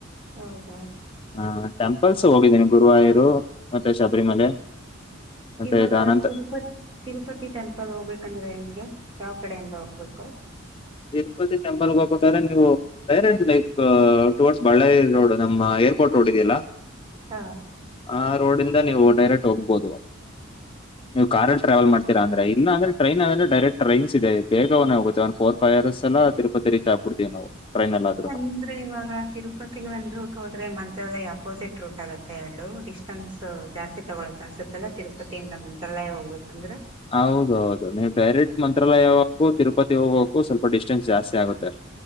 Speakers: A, on the right; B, on the left.
A: ಹೌದಾ.
B: ಹಾ ಟೆಂಪಲ್ಸ್ ಹೋಗಿದೀನಿ ಗುರುವಾಯರು ಮತ್ತೆ ಶಬರಿಮಲೆ. ಮತ್ತೆ
A: ಈವಾಗಾ
B: ಇದು ಅನಂತ
A: ತಿರುಪತಿ ತಿರುಪತಿ ಟೆಂಪಲ್ ಹೋಗ್ಬೇಕಂದ್ರೆ ಹೆಂಗೆ. ಯಾವ್ ಕಡೆಯಿಂದ ಹೋಗ್ಬೇಕು.
B: ತಿರುಪತಿ ಟೆಂಪಲ್ಗೋಬೇಕಾದ್ರೆ ನೀವು direct like towards Ballari road ನಮ್ಮ ಏರ್. ಕೋರ್ಟ್ ರೋಡ್ ಇದೆಯಲ್ಲಾ
A: ಹಾ
B: ಆ ರೋಡಿಂದಾ ನೀವು ಡೈರೆಕ್ಟ್ ಹೋಗ್ಬೋದು. ನೀವ್ ಕಾರಲ್ ಟ್ರಾವೆಲ್ ಮಾಡ್ತೀರಾ ಅಂದ್ರೆ ಇನ್ನ ಅಂದ್ರೆ ಟ್ರೈನ್ ಅಂದ್ರೆ ಡೈರೆಕ್ಟ್ರೈನ್ಸ್ ಇದೆ ಬೇಗನೆಹೋಗುತ್ತೆ ಒಂದ್ ಫೋರ್. ಫೈರಸ್ ಎಲ್ಲಾ ತಿರುಪತಿ ರೀಚ್ ಆಗಬಿಡ್ತೀವ್ ನಾವು. ಟ್ರೈನ್ ಅಲ್ಲಿ ಆದ್ರೂನು
A: ಅಂದ್ರೆ ಇವಾಗಾ ತಿರುಪತಿಗ ಒಂದ್ರುಟ್ ಹೋದ್ರೆ ಮನ್. ತ್ರಾಲಯ ಅಪೋಸಿಟ್ ರೂಟ್ ಆಗುತ್ತೆ ಎರಡು ಡಿಸ್ಟೆನ್ಸ್ ಜಾಸ್ತಿ ತಗೊಳ್ಳತ್ತ ಅನ್ಸುತ್ತಲ್ಲ ತಿರುಪತಿಯಿಂದ ಮಂತ್ರಾಲಯ್. ತ್ರಾಲಯಾ ಹೋಗ್ಬೇಕ್ ಅಂದ್ರೆ.
B: ಹೌದು ಹೌದು ನೀವ್ ಡೈರೆಕ್ಟ್ ಮಂತ್ರಾಲಯಾ ಹೋಗಕ್ಕು ತಿರುಪತಿ ಹೋಗಕು ಸ್ವಲ್ಪ ಡಿಸ್ಟೆನ್ಸ್ ಜಾಸ್ತಿ ಆಗುತ್ತೆ.